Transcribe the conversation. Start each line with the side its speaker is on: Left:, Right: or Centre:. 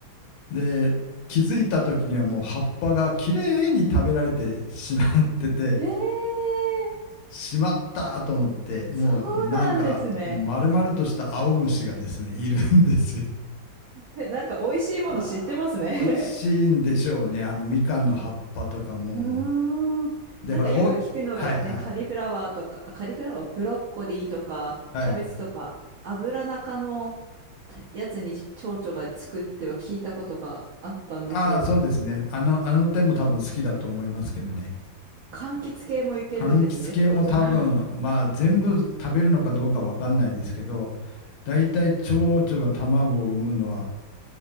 Left: で、気づいた時にはもう葉っぱがきれいに食べられてしまってて、
Right: <laughs> ええ
Left: しまったと思って、もうなんか丸々とした青虫がですね、
Right: そうなんですね。
Left: いるんですよ。
Right: え、なんか美味しいもの知ってますね
Left: あー美味しいんでしょうね、あのみかんの葉っぱとかも。
Right: <laughs> うーん。
Left: で、
Right: なんかよく聞くのがね、
Left: ほら、お、はいはい
Right: カリフラワーとか、あカリフラワー、ブロッコリーとか、
Left: はい。
Right: キャベツとか、油中のやつに蝶々がつくっては聞いたことがあったんですよ。
Left: ああ、そうですね。あの、あの点も多分好きだと思いますけどね。
Right: あ柑橘系もいけるんですね、
Left: 柑橘系も多分、
Right: 蝶々。
Left: まあ全部食べるのかどうかわかんないですけど、大体蝶々が卵を産むのは